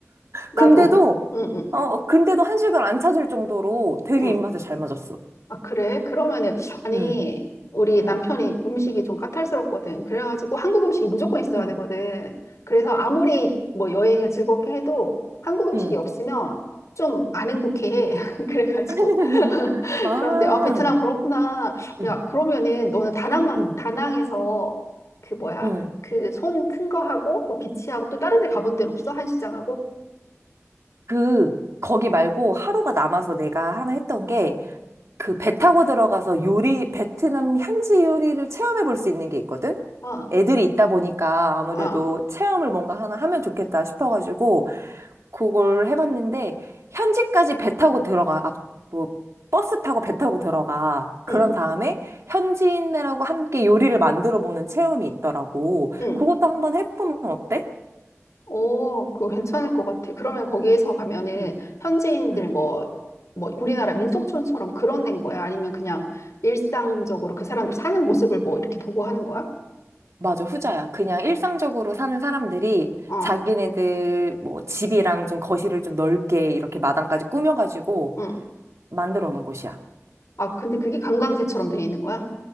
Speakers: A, on the left; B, on the right.
A: 나도.
B: 근데도,
A: 응, 응.
B: 어, 근데도 한식을 안 찾을 정도로 되게
A: 응.
B: 입맛에 잘 맞았어.
A: 아, 그래? 그러면은, 아니,
B: 응,
A: 우리
B: 응,
A: 남편이 음식이 좀 까탈스럽거든. 그래가지고 한국 음식이 무조건 있어야
B: 응,
A: 되거든. 그래서 아무리 뭐 여행을 즐겁게 해도 한국 음식이
B: 응.
A: 없으면 좀 안 행복해. <laughs> 그래가지고.
B: <laughs>
A: <laughs>
B: 아,
A: 그런데, 아, 베트남 그렇구나.
B: 응,
A: 야, 그러면은 너는 다낭,
B: 응,
A: 다낭에서 그 뭐야,
B: 응.
A: 그 손 큰 거 하고, 뭐 비치하고 또 다른 데 가본 데는 없어? 한시장하고?
B: 그, 거기 말고 하루가 남아서 내가 하나 했던 게, 그 배 타고 들어가서 요리, 베트남 현지 요리를 체험해 볼 수 있는 게 있거든?
A: 어,
B: 애들이 있다 보니까 아무래도
A: 어,
B: 체험을 뭔가 하나 하면 좋겠다 싶어가지고, 그걸 해봤는데 현지까지 배 타고 들어가 앞, 뭐 버스 타고 배 타고 들어가 그런
A: 응,
B: 다음에 현지인들하고 함께 요리를 만들어 보는 체험이 있더라고
A: 응.
B: 그것도 한번 해보면 어때?
A: 오, 그거 괜찮을 것 같아. 그러면 거기에서 가면은
B: 음,
A: 현지인들
B: 음,
A: 뭐, 뭐 우리나라 민속촌처럼 그런 데인 거야? 아니면 그냥 일상적으로 그 사람들 사는 모습을 뭐 이렇게 보고 하는 거야?
B: 맞아, 후자야. 그냥 일상적으로 사는 사람들이
A: 어,
B: 자기네들 뭐 집이랑 좀 거실을 좀 넓게 이렇게 마당까지 꾸며가지고
A: 응.
B: 만들어 놓은 곳이야.
A: 아, 근데 그게 관광지처럼 돼 있는 거야?